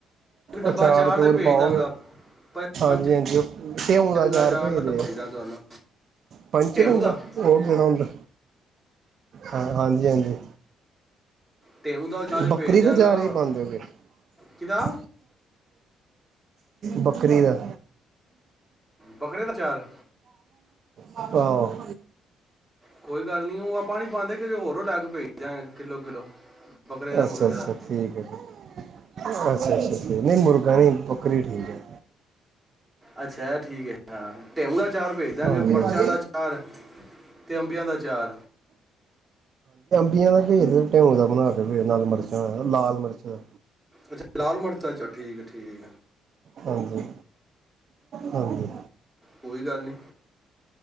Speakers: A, in the centre; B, on the right (about 45°).
A: ਡੱਬਾ
B: ਅਚਾਰ
A: ਚਾਰ
B: ਚੂਰ
A: ਦਾ ਹੀ ਭੇਜ
B: ਪਾਓਗੇ,
A: ਦਾਂਗਾ ਪ-
B: ਹਾਂਜੀ
A: ਪੰਜ
B: ਹਾਂਜੀ ਉਹ ਢਿਂਉ ਦਾ
A: ਰੰਗਾ
B: ਅਚਾਰ
A: ਚਾਰ
B: ਭੇਜ
A: ਦਾ ਡੱਬਾ
B: ਦਿਓ
A: ਦਾਂਗਾ ਤੁਹਾਨੂੰ
B: ਪੰਚਰੰਗਾ
A: ਟੇਮੂ ਦਾ
B: ਉਹ ਕਿੜਾਂ ਹੁੰਦਾ, ਹਾਂ ਹਾਂਜੀ ਹਾਂਜੀ।
A: ਟੇਮੂ ਦਾ ਉਚਾਰ
B: ਬੱਕਰੀ
A: ਭੇਜ ਦਿਆਂਗਾ
B: ਤਾਂ ਅਚਾਰ ਵੀ ਪਾਉਦੇਂ ੳ ਕੇ
A: ਕਿਦਾ
B: ਬੱਕਰੀ ਦਾ
A: ਬੱਕਰੇ ਦਾ ਅਚਾਰ
B: ਆਹੋ
A: ਕੋਈ ਗੱਲ ਨੀ, ਉਹ ਆਪਾਂ ਨੀ ਪਾਉਂਦੇ, ਕੀਦਰੋ ਹੋਰ ਤੋਂ ਲੈ ਕੇ ਭੇਜ ਕਿੱਲੋ ਕਿਲੋ ਬੱਕਰੇ ਦਾ
B: ਅੱਛਾ
A: ਮੁਰਗੇ
B: ਅੱਛਾ
A: ਦਾ
B: ਠੀਕ ਹੈ। ਅੱਛਾ ਅੱਛਾ ਨਹੀਂ ਮੁਰਗਾ ਨਹੀਂ ਬੱਕਰੀ ਠੀਕ ਹੈ।
A: ਅੱਛਾ ਠੀਕ ਹੈ। ਹਾਂ ਢਿਉ ਦਾ ਅਚਾਰ ਭੇਜ ਦਾਂਗੇ
B: ਹਾਂਜੀ
A: ਮਿਰਚਾਂ
B: ਹਾਂਜੀ
A: ਦਾ ਅਚਾਰ ਤੇ ਅੰਬੀਆਂ ਦਾ ਅਚਾਰ
B: ਠੀਕ ਏ ਭੇਜ ਦਿੳ ਫਿਰ ਢਿਊ ਦਾ ਬਣਾ ਕਿ ਨਾਲ ਮਿਰਚਾਂਣਾ ਲਾਲ ਮਿਰਚਾਂ
A: ਅੱਛਾ ਲਾਲ ਮਿਰਚਾ ਠੀਕ ਠੀਕ ਏ
B: ਹਾਂਜੀ ਹਾਂਜੀ
A: ਕੋਈ ਗੱਲ ਨੀ